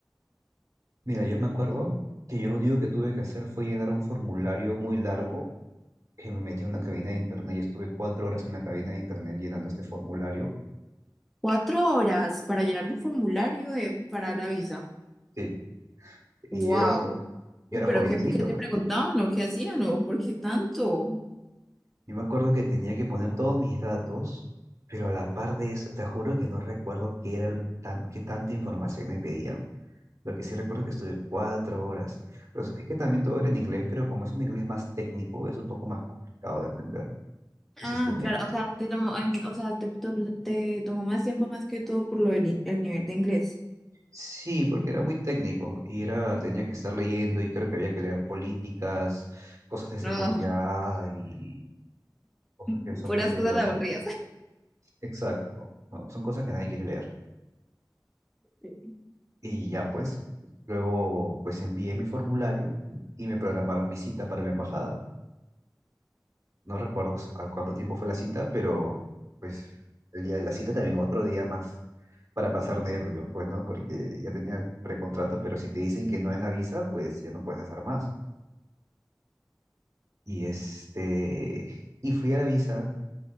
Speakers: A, on the right (about 45°); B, in the centre.
A: Mira, yo me acuerdo que yo lo único que tuve que hacer fue llenar un formulario muy largo que me metí a una cabina de internet y estuve cuatro horas en la cabina de internet llenando este formulario.
B: Cuatro horas para llenar un formulario de- para la visa.
A: Sí. Y
B: ¡Wow!
A: yo era, yo
B: Uy,
A: era
B: pero
A: jovencito,
B: ¿qué, qué te
A: pues.
B: preguntaban o qué hacían o por qué tanto?
A: Yo me acuerdo que tenía que poner todos mis datos, pero a la par de eso, te juro que no recuerdo qué era el tan, qué tanta información me pedían. Lo que sí recuerdo que estuve cuatro horas. Pero es que también todo era en inglés, pero como es un inglés más técnico, es un poco más complicado de entender. Entonces
B: Ah,
A: tenía
B: claro,
A: que,
B: o sea, te tomó, en- o sea, te, to- te tomó más tiempo más que todo por lo del in- el nivel de inglés.
A: Sí, porque era muy técnico y era, tenía que estar leyendo y creo que había que leer políticas, cosas de seguridad
B: No,
A: y cosas
B: <laughs>
A: que son
B: puras
A: bien tediosas.
B: cosas aburridas.
A: Exacto. No, son cosas que nadie quiere leer.
B: Sí,
A: Y ya pues, luego pues envié mi formulario y me programaron mi cita para la embajada. No recuerdo s- a cuánto tiempo fue la cita, pero pues el día de la cita también otro día más para pasar nervios, pues, ¿no? Porque ya tenía precontrato, pero si te dicen que no en la visa, pues ya no puedes hacer más. Y este, y fui a la visa,